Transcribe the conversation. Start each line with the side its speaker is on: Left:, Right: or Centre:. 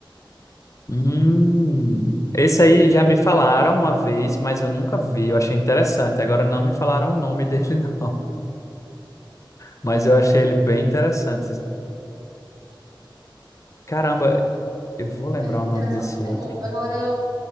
Left: Hum, esse aí já me falaram uma vez, mas eu nunca vi. Eu achei interessante. Agora não me falaram o nome dele, <laughs> não. Mas eu achei ele bem interessante. Caramba, eu vou lembrar
Right: É interessante
Left: o nome desse
Right: mesmo.
Left: outro.
Right: Agora, eu